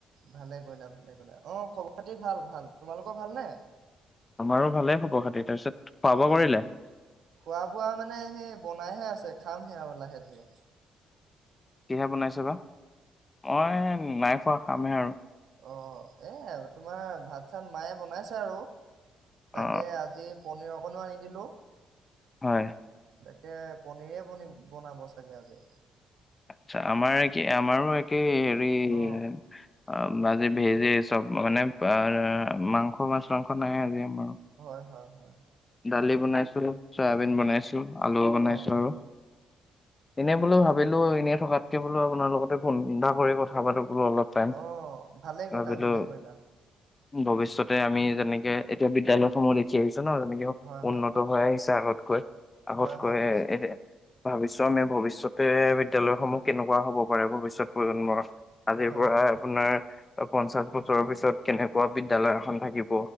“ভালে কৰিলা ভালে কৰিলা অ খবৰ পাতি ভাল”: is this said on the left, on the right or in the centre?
Right